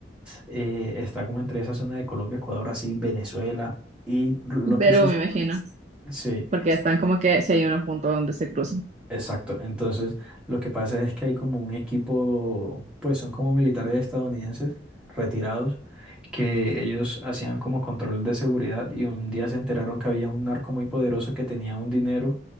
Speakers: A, in the centre; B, on the right.
A: eh, está como entre esa zona de Colombia, Ecuador, así, Venezuela, y lo
B: pero
A: que
B: me imagino,
A: sucede.
B: porque están como que si hay un punto donde se cruzan.
A: Exacto. Entonces, lo que pasa es que hay como un equipo, pues son como militares estadounidenses retirados, que ellos hacían como control de seguridad y un día se enteraron que había un narco muy poderoso que tenía un dinero